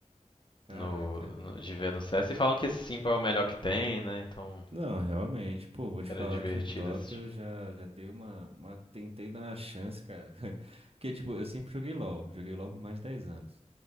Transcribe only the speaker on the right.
Caraca.
Não, realmente, pô, vou te
falar
que o Dota
eu já, já dei uma, uma. Tentei dar uma chance, cara. <laughs> Porque, tipo, eu sempre joguei LOL. Joguei LOL por mais de 10 anos.